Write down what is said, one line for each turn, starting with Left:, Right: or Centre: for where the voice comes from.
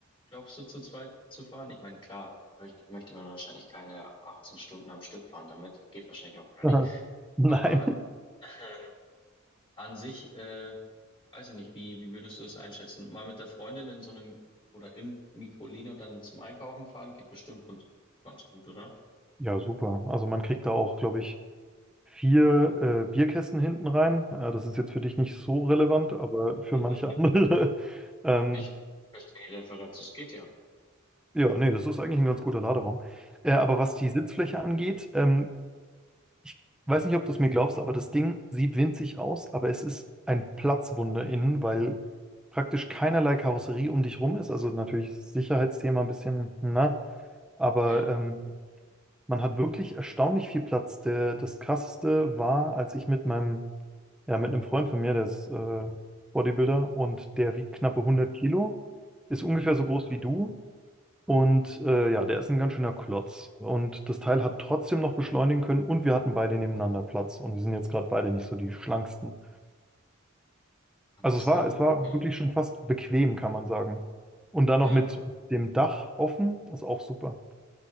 Left: glaubst du, zu zweit zu fahren? Ich meine, klar, möchte, möchte man wahrscheinlich keine 18 Stunden am Stück fahren damit. Geht wahrscheinlich auch gar
Centre: <laughs>
Left: nicht.
Centre: Nein.
Left: Aber ähm, an sich, äh, weiß ich nicht, wie, wie würdest du es einschätzen? Mal mit der Freundin in so einem oder im Microlino dann zum Einkaufen fahren, geht bestimmt gut, ganz gut, oder?
Centre: Ja, super. Also man kriegt da auch, glaube ich, vier äh, Bierkästen hinten rein. Ja, das ist jetzt für dich nicht so relevant, aber für
Left: <laughs>
Centre: manche andere. <laughs> Ähm,
Left: Ich verstehe die Referenz, es geht ja.
Centre: ja, nee, das ist eigentlich ein ganz guter Laderaum. Äh, aber was die Sitzfläche angeht, ähm, ich weiß nicht, ob du es mir glaubst, aber das Ding sieht winzig aus, aber es ist ein Platzwunder innen, weil praktisch keinerlei Karosserie um dich rum ist. Also natürlich ist das Sicherheitsthema ein bisschen, na, aber
Left: Ja.
Centre: ähm, man hat wirklich erstaunlich viel Platz. Der, das Krasseste war, als ich mit meinem Ja, mit einem Freund von mir, der ist äh, Bodybuilder und der wiegt knappe hundert Kilo, ist ungefähr
Left: Mhm.
Centre: so groß wie du und äh, ja, der ist ein ganz schöner Klotz. Und das Teil hat trotzdem noch beschleunigen können und wir hatten beide nebeneinander Platz und wir sind jetzt gerade beide nicht so die schlanksten.
Left: Ach
Centre: Also
Left: so.
Centre: es war, es war
Left: okay.
Centre: wirklich schon fast bequem, kann man sagen. Und dann noch
Left: Ja.
Centre: mit dem Dach offen, ist auch super.